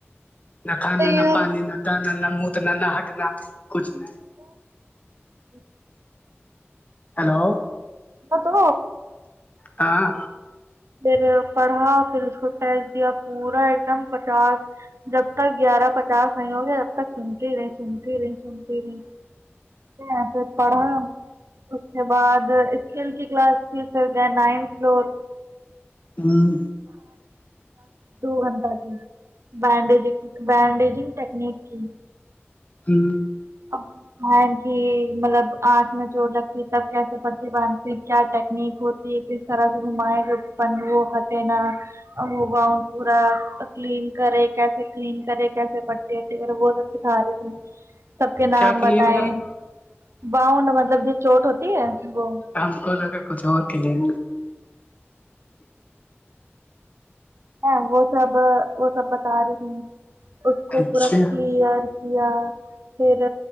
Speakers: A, on the left; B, on the right.
A: نہ کھانا
B: تو یہ
A: نہ پانی نہ دانا نہ متنا نہ ہٹنا کچھ نہ
B: <unintelligible>
A: ہیلو
B: تو
A: ہاں
B: پھر پڑھا پھر اس کو ٹیسٹ دیا پورا ایک دم پچاس جب تک گیارہ پچاس نہیں ہوگیا تب تک سنتی رہی سنتی رہی سنتی رہی
A: <unintelligible>
B: ایسے پڑھا اس کے بعد اسکیل کی کلاس ف کر گئے نائنتھ فلور
A: ہاں
B: دو گھنٹہ کی بڈج بینڈیجنگ ٹیکنک جی
A: ہوں
B: <unintelligible> ہین کی مطلب آنکھ میں چوٹ لگتی ہے تب کیسے پڑھتی باندھتی کیا ٹیکنیک ہوتی ہے کس طرح سے گھمائےیں گ پن وہتے نا گان پورا کلین کرے کیسے کلین کرے کیسے پ ٹیےیرہ بہت اچ کھ رہے ت سب کے نام
A: کیا کلین
B: بتائیں
A: کریں
B: باؤنڈ مطلب جو چوٹ ہوتی ہے وہ
A: ہم کو لگ کچھ اور کے لیے
B: ہاں وہ سب وہ سب بتا رہی تھی اس کو
A: اچھا
B: پورا کلیئر یا پھر